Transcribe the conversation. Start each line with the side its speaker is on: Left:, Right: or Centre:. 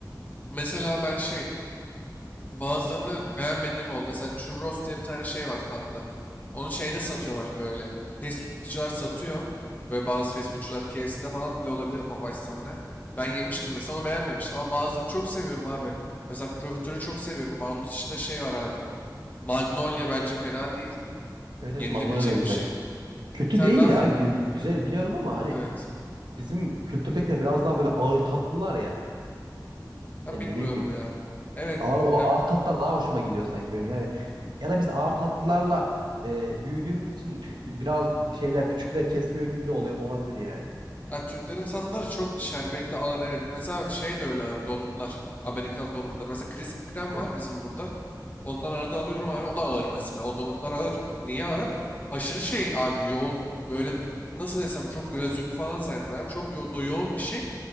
Left: Mesela ben şey bazılarını beğenmediğim oldu. Mesela churros diye bir tane şey var tatlı. Onu şeyde satıyorlar böyle. Fast foodcular satıyor. Böyle bazı fast foodcular KFC'de falan bile olabilir Popeyes'ta mı ne. Ben yemiştim mesela onu beğenmemiştim. Ama bazılarını çok seviyorum abi. Mesela profiterolü çok seviyorum. Onun dışında şey var abi. Magnolia bence fena değil.
Right: Evet evet
Left: Yenilebilecek
Right: magnolia da güzel.
Left: bir şey.
Right: Kötü
Left: Bir tane
Right: değil
Left: daha
Right: ya gü- güzel biliyorum ama hani
Left: Evet.
Right: b- bizim kültürdekiler biraz daha böyle ağır tatlılar ya.
Left: Ha,
Right: Yani
Left: bilmiyorum
Right: ne bileyim
Left: ya. Evet.
Right: ağır, o
Left: Ya,
Right: ağır tatlar daha hoşuma gidiyor sanki benim. Yani bi- ya da biz ağır tatlılarla e, büyüdüğümüz için biraz şeyler küçükler kesmiyor gibi de oluyor olabilir yani.
Left: ha, Türklerin tatlıları çok şerbetli ağır evet. Mesela şey de öyle ağır donutlar. Amerikan donutları. Mesela Krispy Kreme
Right: Evet.
Left: var bizim burada. Ondan arada alıyorum abi. O da ağır mesela. O donutlar ağır. Niye ağır? Aşırı şey abi yoğun. Böyle nasıl desem çok glazürlü falan zaten abi. Çok yo do- yoğun bir şey.